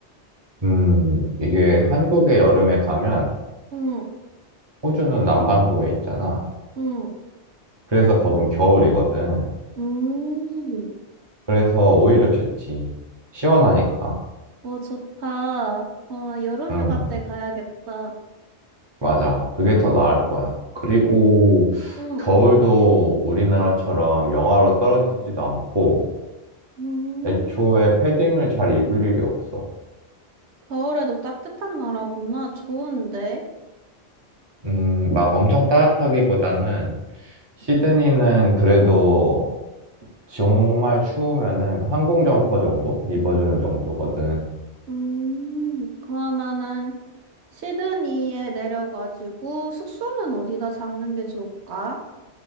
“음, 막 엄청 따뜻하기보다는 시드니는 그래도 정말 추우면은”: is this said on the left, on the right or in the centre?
Right